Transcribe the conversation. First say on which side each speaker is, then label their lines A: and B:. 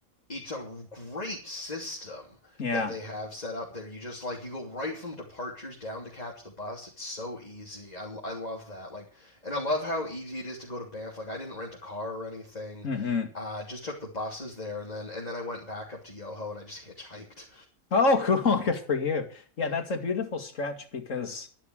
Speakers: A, on the left; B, on the left.
A: It's a great system
B: Yeah.
A: that they have set up there. You just like you go right from departures down to catch the bus. It's so easy. I, I love that. Like, and I love how easy it is to go to Banff. Like, I didn't rent a car or anything.
B: hmm
A: Uh, just took the buses there and then and then I went back up to Yoho and I just hitchhiked.
B: Oh, <laughs> cool. Good for you. Yeah, that's a beautiful stretch because